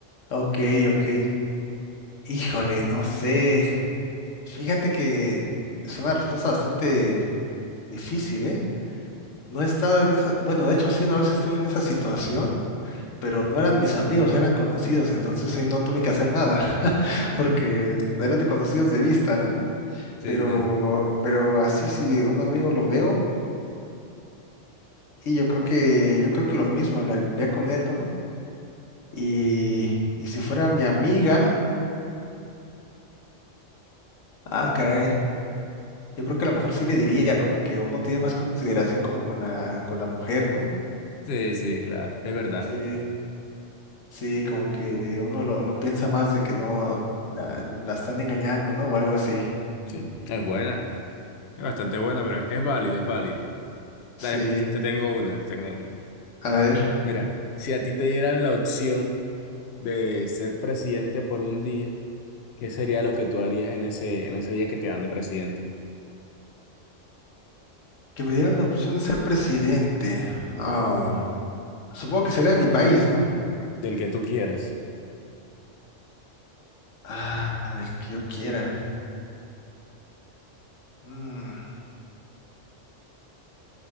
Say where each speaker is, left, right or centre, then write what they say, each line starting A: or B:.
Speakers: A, on the left; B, on the left.
A: Ok, ok. Híjole, no sé. Fíjate que es una respuesta bastante difícil, ¿eh? No he estado en esa, bueno, de hecho sí, una vez estuve en esa situación, pero no eran mis amigos, eran conocidos, entonces ahí no tuve que hacer nada, <laughs> porque eran de conocidos de vista, ¿no?
B: Sí,
A: Pero,
B: sí,
A: pero así si un amigo lo veo, y yo creo que, yo creo que lo mismo, hablaría con él, ¿no? Y, y si fuera mi amiga, ah, caray. Yo creo que a lo mejor sí le diría, como que uno tiene más consideración como con la, con la mujer, ¿no?
B: sí, sí, claro, es verdad.
A: Sí, sí, como que uno lo, lo piensa más de que no la, la están engañando, ¿no? O algo así.
B: Sí, es buena, es bastante buena, pero es válido, es válido.
A: Sí,
B: Dale, pues te tengo una, te tengo una.
A: a ver,
B: Mira, si a ti te dieran la opción de ser presidente por un día, ¿qué sería lo que tú harías en ese, en ese día que te dan de presidente?
A: que me dieran la opción de ser presidente. Ah, supongo que sería de mi país, ¿no?
B: Del que tú quieras.
A: Ah, a ver, que yo quiera. Mm,